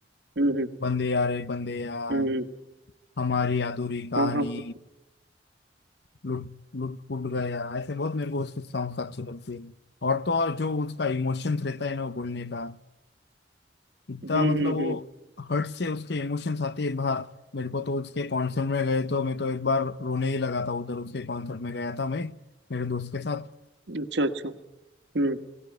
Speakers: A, on the right; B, on the left.
A: हम्म हम्म
B: बंदे यारे बंदे यार
A: हम्म हम्म, हम्म,
B: हमारी अधूरी कहानी
A: हाँ हाँ
B: लुट लुट फुट गया ऐसे बहुत मेरे को उसके सॉन्ग्स अच्छे लगते हैं और तो और जो उसका इमोशंस रहता है ना वो बोलने का इतना
A: हम्म
B: मतलब
A: हम्म
B: वो
A: हम्म
B: हर्ट से उसके इमोशंस आते हैं बाहर मेरे को तो उसके कॉन्सर्ट में गए तो मैं तो एक बार रोने ही लगा था उधर उसके कॉन्सर्ट में गया था मैं मेरे दोस्त के साथ
A: अच्छा अच्छा हम्म